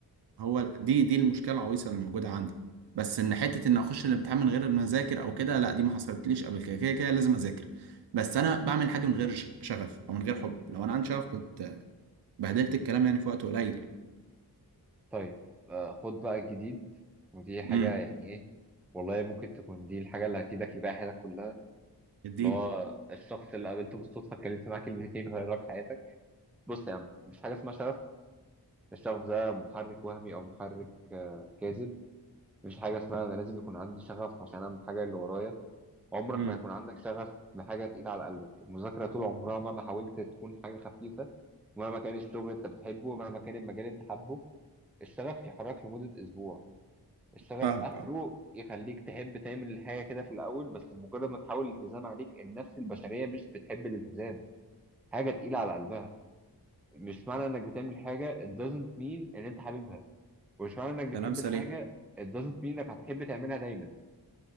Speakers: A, on the right; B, in the centre.
A: هو ال- دي دي المشكله العويصه اللي موجوده عندي بس ان حته ان اخش الامتحان من غير ما اذاكر او كده لا دي ما حصلتليش قبل كده كده كده لازم اذاكر بس انا بعمل حاجه من غير ش- شغف او من غير حب لو انا عندي شغف كنت بهدلت الكلام يعني في وقت قليل يعني
B: طيب آه خد بقى الجديد ودي حاجه
A: امم
B: يعني ايه والله ممكن تكون دي الحاجه اللي هتفيدك لباقي حياتك كلها
A: اديني
B: اللي هو الشخص اللي قابلته بالصدفه اتكلمت معاه كلمتين غير لك حياتك بص يا عم مفيش حاجه اسمها شغف الشغف ده محرك وهمي او محرك آه، كاذب مفيش حاجه اسمها انا لازم يكون عندي شغف عشان اعمل الحاجه اللي ورايا عمرك
A: امم
B: ما يكون عندك شغف بحاجه تقيله على قلبك المذاكره طول عمرها مهما حاولت تكون حاجه خفيفه ومهما كان الشغل اللي انت بتحبه ومهما كان المجال اللي انت حابه الشغف يحرك لمده اسبوع الشغف
A: فاهمك
B: اخره
A: اه
B: يخليك تحب تعمل الحاجه كده في الاول بس مجرد ما تحاول الالتزام عليك النفس البشريه مش بتحب الالتزام حاجه تقيله على قلبها مش معنى انك بتعمل حاجه it doesn't mean ان انت حاببها ومش معنى انك بتحب
A: كلام سليم
B: الحاجه it doesn't mean انك هتحب تعملها دايما